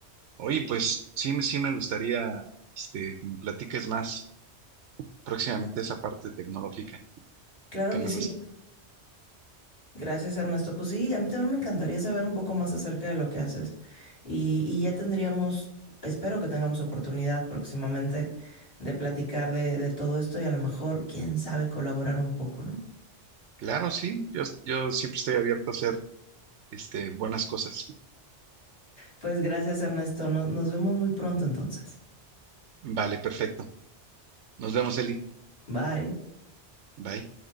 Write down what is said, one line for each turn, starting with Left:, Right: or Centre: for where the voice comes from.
Right: Oye, pues sí, me- sí me gustaría este, que me platiques más próximamente esa parte tecnológica.
Left: Claro
Right: ¿Qué
Left: que
Right: más
Left: sí,
Right: haces?
Left: gracias Ernesto. Pues sí, a mí también me encantaría saber un poco más acerca de lo que haces. Y, y ya tendríamos, espero que tengamos oportunidad próximamente de platicar de, de todo esto y a lo mejor, quién sabe, colaborar un poco, ¿no?
Right: Claro, sí. Yo, yo siempre estoy abierto a hacer este, buenas cosas.
Left: Pues gracias Ernesto, No- nos vemos muy pronto entonces.
Right: Vale, perfecto. Nos vemos, Eli.
Left: Bye.
Right: Bye.